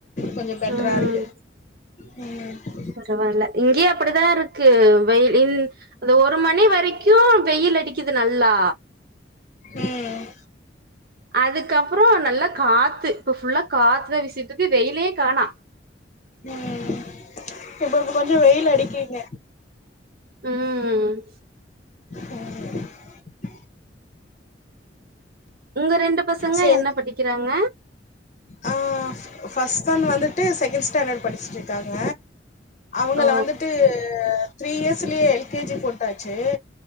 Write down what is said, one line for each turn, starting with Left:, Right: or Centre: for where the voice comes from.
Left: கொஞ்சோ பெட்ரா
Right: ம்
Left: இருக்கு ம்
Right: பரவால்ல இங்கயே அப்டிதா இருக்கு வெயில் இல் அந்த ஒரு மணி வரைக்கு வெயில் அடிக்குது நல்லா
Left: ம்
Right: அதுக்கப்பறோ நல்லா காத்து இப்ப ஃபுல்லா காத்துதா விசிட்டுறுக்கு வெயிலயே காணா
Left: ம் இப்பப்போ கொஞ்சோ வெயில் அடிக்கி இங்க
Right: ம்
Left: ம்
Right: உங்க ரெண்டு பசங்க
Left: சேர்
Right: என்ன படிக்கிறாங்க
Left: ஆ ஃபர்ஸ்ட் ஒன் வந்துட்டு செகண்ட் ஸ்டாண்டடு படிச்சுட்ருக்காங்க அவங்கள
Right: ஓ
Left: வந்துட்டு த்ரீ இயர்ஸ்லயே எல் கே ஜி போட்டாச்சு